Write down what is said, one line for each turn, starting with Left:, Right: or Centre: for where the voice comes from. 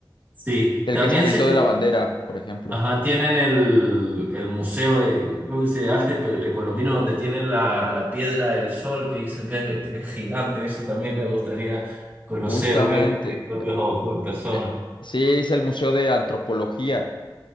Right: Sí,
Left: El
Right: también
Left: que se aventó
Right: se
Left: de la bandera, por ejemplo.
Right: Ajá, tienen el, el museo de, ¿cómo se dice? Arte precolombino, donde tienen la, la piedra del sol, que dicen que es, que es gigante. Eso también me gustaría conocer,
Left: Justamente.
Right: ver con mis propios ojos en persona.
Left: eh, Sí, es el Museo de Antropología,